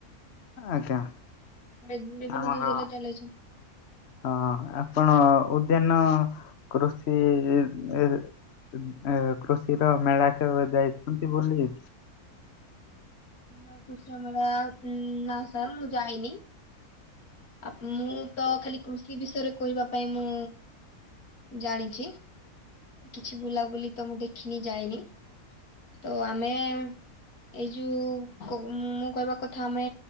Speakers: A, on the left; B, on the left.
A: ଆଜ୍ଞା
B: ବି- ବିଭିନ୍ନ
A: ଆମର
B: ଯୋଜନା ଚଳେଇଛି।
A: ହଁ ଆପଣ ଉଦ୍ୟାନ କୃଷି ଏହେ ଏ କୃଷିର ମେଳା କେବେ ଯାଇଛନ୍ତି ବୁଲି?
B: ନ-କୃଷ୍ଣ ମେଳା ଉଁ, ନା ସାର୍ ମୁଁ ଯାାଇନି। ଆପ ମୁଁ ତ ଖାଲି କୃଷି ବିଷୟରେ କହିବା ପାଇଁ ମୁଁ ଜାଣିଛି। କିଛି ବୁଲାବୁଲି ତ ମୁଁ ଦେଖିନି ଯାଇନି, ତ ଆମେ ଏଇ ଯୋଉ କୋ- ମୁଁ କହିବା କଥା ଆମେ